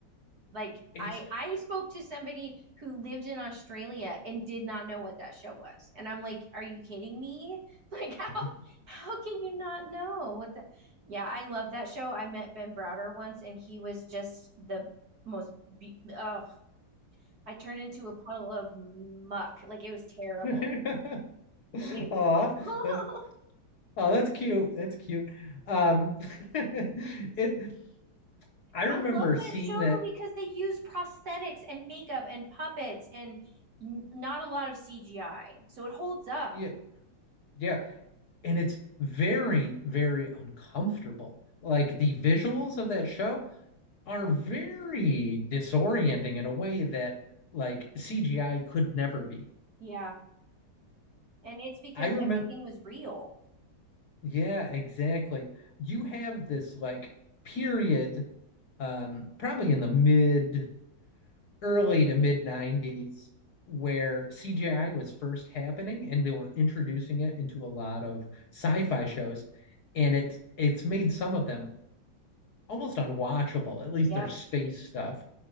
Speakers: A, on the right; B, on the left.
A: Like
B: It's.
A: I I spoke to somebody who lived in Australia and did not know what that show was. And I'm like, are you kidding me? <laughs> Like how
B: <laughs>
A: how can you not know what the Yeah, I love that show. I met Ben Browder once and he was just the most be- ugh, I turned into a puddle of muck. Like it was terrible.
B: Aw, that-
A: Like it was <laughs>
B: oh, that's cute. That's cute. Um, <laughs> it. I remember
A: I love that
B: seeing
A: show
B: that.
A: though because they use prosthetics and makeup and puppets and n not a lot of CGI. So it holds up.
B: Yeah. Yeah. And it's very, very uncomfortable. Like the visuals of that show. are very disorienting in a way that like CGI could never be.
A: Yeah. And it's because
B: I remember,
A: everything was real.
B: yeah, exactly. You have this like period, um, probably in the mid early to mid 90s, where CGI was first happening and they were introducing it into a lot of sci-fi shows, and it's it's made some of them almost unwatchable, at least
A: Yeah.
B: their space stuff.